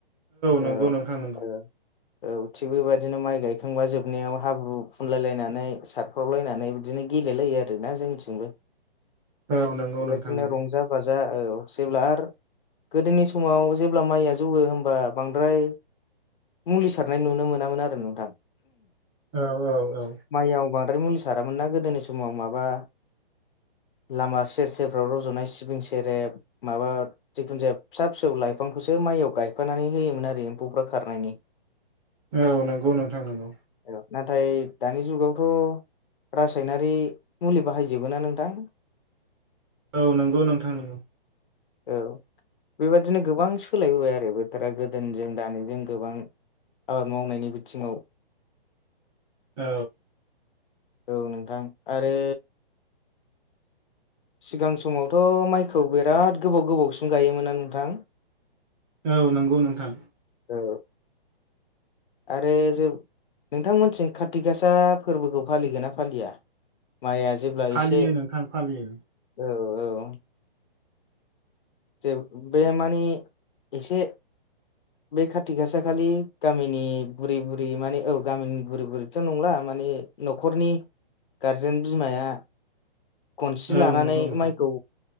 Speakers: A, on the left; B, on the right.
A: औ
B: नंगौ नोंथां नंगौ
A: ओ औ थिग बेबायदिनो माइ गाय खांबा जोबनायाव हाब्रु फुनलाय लायनानै सारफ्रावलायनानै बिदिनो गेलेलायो आरोना जोंनिथिंबो
B: औ नंगौ
A: बेबायदिनो
B: नोंथां नंगौ
A: रंजा बाजा औ जेब्ला आर गोदोनि समाव जेब्ला माइया जौवो होमबा बांद्राय मुलि सारनाय नुनो मोनामोन आरो नोंथां।
B: औ औ औ।
A: माइआव बांद्राय मुलि सारामोन ना गोदोनि समाव माबा लामा सेर सेरफ्राव रज'नाय सिबिं सेरेब माबा जिखुनु जाया फिसा फिसौ लाइफांखौसो माइयाव गायफानानै होयोमोन आरि एम्फौफ्रा खारनायनि।
B: औ नोंगौ नोंथां नोंगौ।
A: औ नाथाय दानि जुगावथ' रासायनारि मुलि बाहायजोबो ना नोंथां
B: औ नोंगौ नोंथां नोंगौ।
A: औ। बेबादिनो गोबां सोलायबोबाय आरो बोथोरा गोदोनिजों दानिजों गोबां आबाद मावनायनि बिथिङाव
B: औ।
A: औ नोंथां आरो सिगां समावथ' माइखौ बिराद गोबाव गोबावसिम गायोमोना नोंथां?
B: औ नोंगौ नोंथां।
A: औ। आरो जेब नोंथां मोननि थिं खाथि गासा फोरबोखौ फालिगोन ना फालिया? माइआ जेब्ला
B: फालियो
A: एसे
B: नोंथां फालियो
A: औ औ। जेब बे मानि एसे बे खाथि गासा खालि गामिनि बुरै बुरै माने औ गामिनि बुरै बुरैथ' नंला माने न'खरनि गारजेन बिमाया खनसि
B: औ
A: लानानै
B: नंगौ नोंथां
A: माइखौ